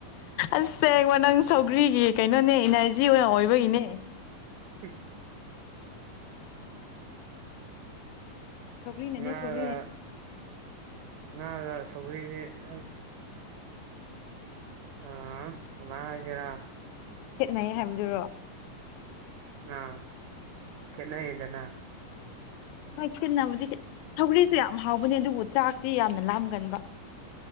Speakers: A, on the left; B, on the right.
A: ꯑꯁꯦꯡꯕ ꯅꯪ ꯁꯧꯒ꯭ꯔꯤꯒꯤ ꯀꯩꯅꯣꯅꯦ ꯏꯅꯔꯖꯤ ꯑꯣꯏꯅ ꯑꯣꯏꯕꯒꯤꯅꯦ
B: <unintelligible>
A: ꯁꯧꯒ꯭ꯔꯤꯅꯅꯦ
B: ꯉꯥꯒ
A: ꯁꯧꯒ꯭ꯔꯤꯅ
B: ꯉꯥꯒ ꯁꯧꯒ꯭ꯔꯤꯗꯤ ꯑꯁ ꯑ ꯀꯃꯥꯏ ꯍꯥꯏꯁꯤꯔꯥ
A: ꯈꯦꯠꯅꯩ ꯍꯥꯏꯕꯗꯨꯔꯣ
B: ꯑ ꯈꯦꯠꯅꯩꯗꯅ
A: ꯍꯣꯏ ꯈꯦꯠꯅꯕꯗꯤ ꯁꯧꯒꯔꯤꯁꯨ ꯌꯥꯝ ꯍꯥꯎꯕꯅꯦ ꯑꯗꯨꯕꯨ ꯆꯥꯛꯇꯤ ꯌꯥꯝꯅ ꯂꯥꯝꯒꯟꯕ